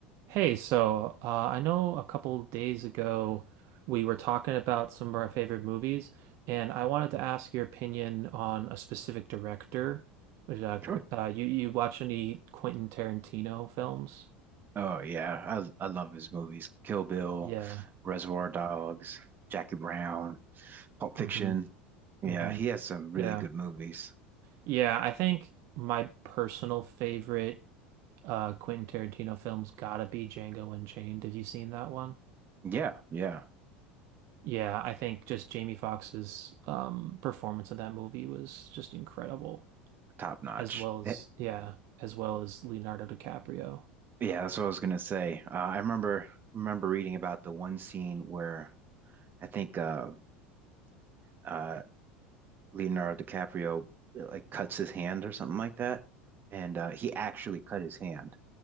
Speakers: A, on the right; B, on the right.
A: Hey, so uh, I know a couple days ago we were talking about some of our favorite movies, and I wanted to ask your opinion on a specific director. Which, uh, Qu-
B: Sure.
A: uh, you you watch any Quentin Tarantino films?
B: Oh yeah, I I love his movies. Kill Bill,
A: Yeah.
B: Reservoir Dogs, Jackie Brown, Pulp Fiction.
A: Mm-hmm.
B: Yeah,
A: Mm-hmm.
B: he has some really
A: Yeah.
B: good movies.
A: Yeah. I think my personal favorite uh, Quentin Tarantino film's gotta be Django Unchained. Have you seen that one?
B: Yeah, yeah,
A: Yeah, I think just Jamie Foxx's um, performance in that movie was just incredible.
B: top notch.
A: as well as
B: Eh,
A: yeah, as well as Leonardo DiCaprio.
B: yeah, that's what I was gonna say. Uh, I remember remember reading about the one scene where I think uh, uh, Leonardo DiCaprio uh, like cuts his hand or something like that, and uh, he actually cut his hand.